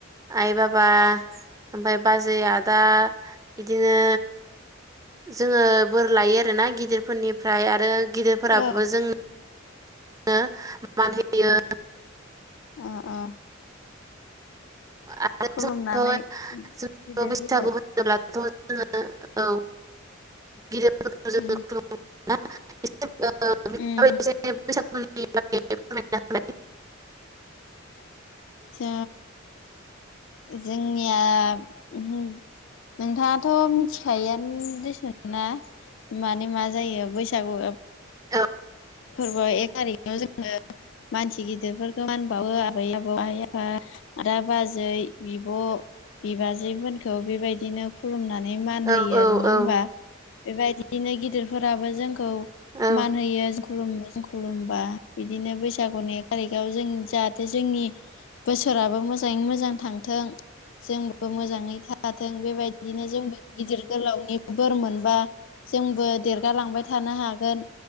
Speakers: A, on the right; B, on the left.
A: आइ बाबा ओमफ्राय बाजै आदा बिदिनो जोङो बोर लायो आरोना गिदिरफोरनिफ्राय आरो गिदिरफोराबो
B: औ
A: जों नो मान होयो
B: अ अ
A: आरो
B: खुलुमनानै
A: जोंथ' जों
B: गिदिर गिदिर
A: <unintelligible> औ गिदिरफोरखौ जोङो
B: उम
A: <unintelligible>
B: उम
A: होलाय
B: ओ जोंनिया <unintelligible> नोंथाङाथ' मिथिखायोआनो दिसुन ना माने मा जायो बैसागु
A: औ
B: फोरबो एक थारिखाव जोङो मानसि गिदिरफोरखौ मानबावो आबै आबौ आइ आफा दा बाजै बिब' बिबाजै मोनखौ बेबायदिनो खुलुमनानै मान
A: औ
B: होयो
A: औ
B: नङा
A: औ
B: होमबा बेबायदिनो गिदिरफोराबो जों उम
A: औ
B: मान होयो उम जों खुलुमोबा बिदिनो बैसागुनि एक थारिखाव जों जाहाथे जोंनि बोसोराबो मोजाङै मोजां थांथों जों मोजाङै थाथों बेबायदिनो जों गिदिर गोलावनि बोर मोनबा जोंबो देरगालांबाय थानो हागोन